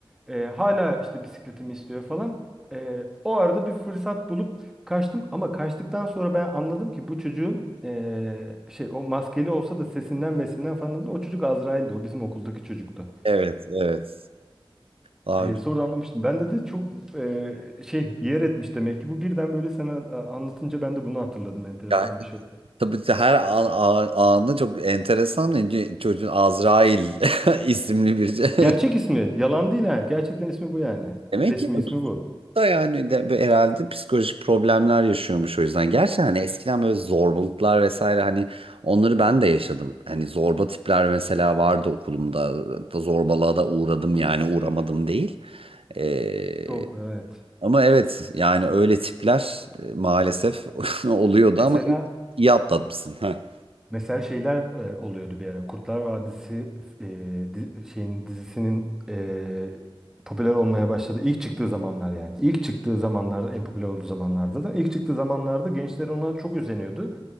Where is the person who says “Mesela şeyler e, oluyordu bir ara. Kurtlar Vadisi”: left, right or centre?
Centre